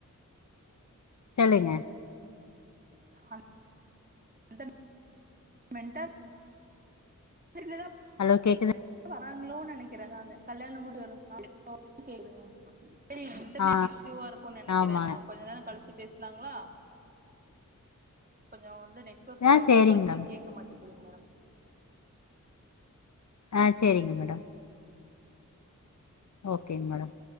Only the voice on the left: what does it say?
சொல்லுங்க
ஹலோ கேக்குது
ஆ
ஆமாங்க.
ஆ
சரிங்க
மேடம்.
ஆ செரிங்க மேடம் ஓகேங் மேடம்